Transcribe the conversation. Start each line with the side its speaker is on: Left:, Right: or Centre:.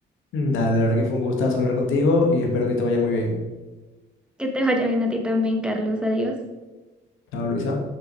Left: Mm, Dale, la verdad que fue un gustazo hablar contigo y espero que te vaya muy bien.
Centre: Que te vaya bien a ti también, Carlos. Adiós.
Left: Chao, Luisa.